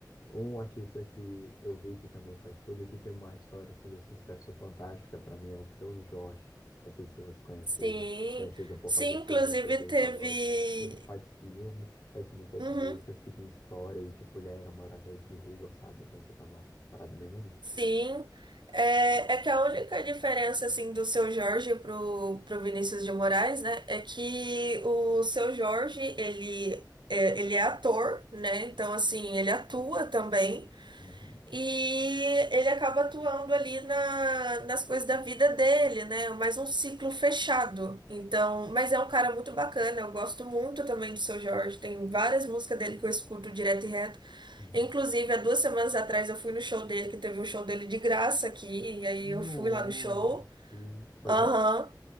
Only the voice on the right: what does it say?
sim,
sim,
inclusive
teve
Uhum.
Sim, é, é que a única diferença assim do seu Jorge pro, pro Vinícius de Moraes, né, é que o seu Jorge, ele é, ele é ator, né? Então assim, ele atua também
e ele acaba atuando ali na, nas coisas da vida dele, né? Mais um ciclo fechado. Então, mas é um cara muito bacana, eu gosto muito também do seu Jorge, tem várias músicas dele que eu escuto direto e reto.
Inclusive, há duas semanas atrás eu fui no show dele, que teve um show dele de graça aqui, e aí
eu fui lá no show.
Aham.